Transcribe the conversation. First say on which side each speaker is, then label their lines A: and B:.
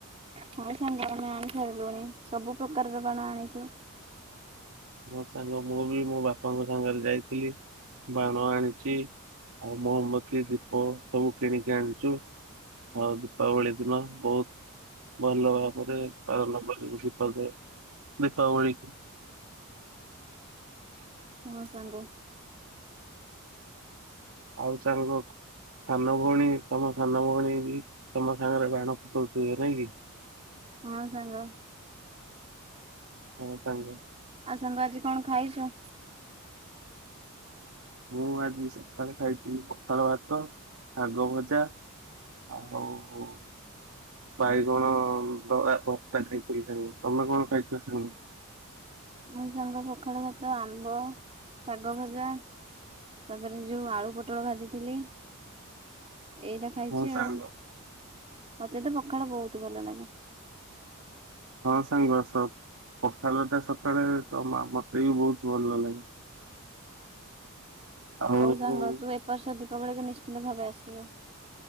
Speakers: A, on the right (about 30°); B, on the right (about 65°).
A: ହଁ ସାଙ୍ଗ ଆମେ ଆଣି ସାରିଲୁଣି ସବୁ ପ୍ରକାରର ବାଣ ଆଣିଛୁ।
B: ମୋ ସାଙ୍ଗ ମୁଁ ବି ମୋ ବାପାଙ୍କ ସାଙ୍ଗରେ ଯାଇଥିଲି ବାଣ ଆଣିଛି। ଆଉ ମହମବତୀ, ଦୀପ, ସବୁ କିଣିକି ଆଣିଛୁ ଆଉ ଦୀପାବଳି ଦିନ ବହୁତ ଭଲ ଭାବରେ ପାଳନ କରିବୁ ଦୀପ ଦେ ଦୀପାବଳିକୁ। <unintelligible>
A: ହଁ ସାଙ୍ଗ।
B: ଆଉ ସାଙ୍ଗ ସାନ ଭଉଣୀ ତମ ସାନ ଭଉଣୀ ବି ତମ ସାଙ୍ଗରେ ବାଣ ଫୁଟଉ ଥିଲେ ନାଇଁ କି?
A: ହଁ ସାଙ୍ଗ।
B: ହଁ ସାଙ୍ଗ।
A: ଆଉ ସାଙ୍ଗ ଆଜି କଣ ଖାଇଛ?
B: ମୁଁ ଆଜି ସକାଳେ ଖାଇଥିଲି ପଖାଳ ଭାତ ଶାଗ ଭଜା। ଆବ ହ ବାଇଗନ ଭତ୍ତା ଖାଇଥିଲି। ସାଙ୍ଗେ ତମେ କଣ ଖାଇଥିଲ ସାଙ୍ଗ?
A: ମୋ ସାଙ୍ଗ ପଖାଳ ଭାତ ଆମ୍ବ ଶାଗ ଭଜା। ତାପରେ ଯୋଉ ଆଳୁ ପୋଟଳ ଭାଜିଥିଲି ଏଇଟା ଖାଇଛି
B: ହଁ ସାଙ୍ଗ
A: ଆଉ ମତେ ତ ପଖାଳ ବହୁତ ଭଲ ଲାଗେ।
B: ହଁ ସାଙ୍ଗ ସବ ପଖାଳ ଟା ସକାଳେ ମତେ ବି ବହୁତ ଭଲ ଲାଗେ। ଆଉ
A: ହଉ ସାଙ୍ଗ ତୁ ଏପର୍ଷ ଦୀପାବଳିିକ ନିଶ୍ଚିିତ ଭାବେ ଆସିବୁ।